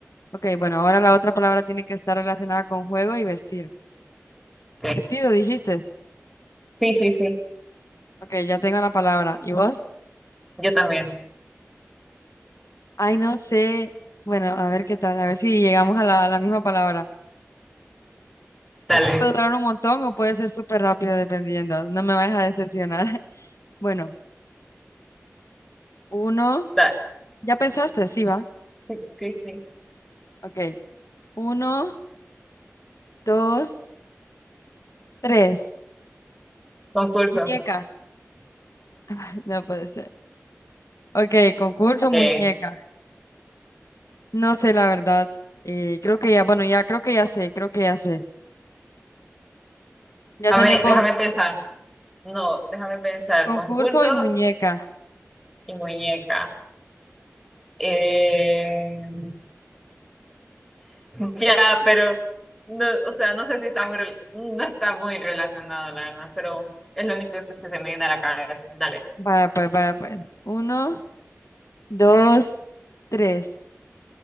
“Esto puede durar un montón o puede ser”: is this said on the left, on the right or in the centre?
Left